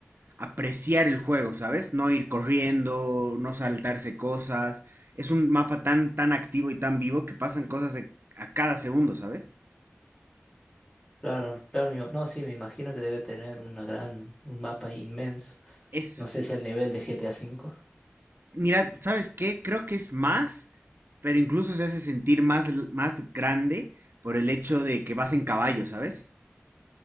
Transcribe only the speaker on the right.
apreciar el juego, ¿sabes? No ir corriendo, no saltarse cosas. Es un mapa tan, tan activo y tan vivo que pasan cosas a a cada segundo, ¿sabes?
Es,
mira, ¿sabes qué? Creo que es más, pero incluso se hace sentir más, más grande por el hecho de que vas en caballo, ¿sabes?